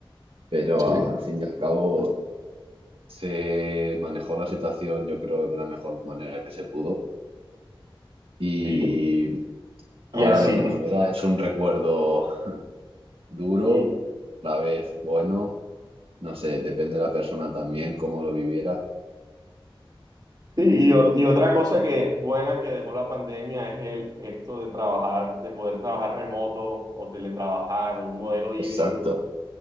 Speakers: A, on the right; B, on the right.
A: Pero
B: Sí.
A: al fin y al cabo se manejó la situación, yo creo, de la mejor manera que se pudo y
B: Y, y
A: Ahora
B: así,
A: lo que nos queda es un recuerdo duro,
B: y,
A: a la vez bueno, no sé, depende de la persona también, cómo lo viviera.
B: Sí, y, o- y otra cosa que buena que dejó la pandemia es el esto de trabajar, de poder trabajar remoto o teletrabajar o un modelo híbrido,
A: Exacto,